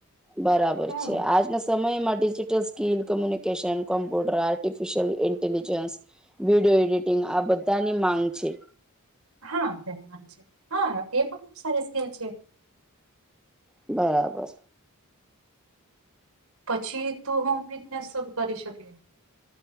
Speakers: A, in the centre; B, on the right (about 75°).
A: બરાબર
B: હમ
A: છે આજના સમયમાં digital skill communication computer artificial intelligence video editing આ બધાની માંગ છે.
B: હા ધન માન છે હા એ પણ ખુબ સારી સ્કીલ છે.
A: બરાબર.
B: પછી તું હોમ બિઝનેસ શરૂ કરી શકે.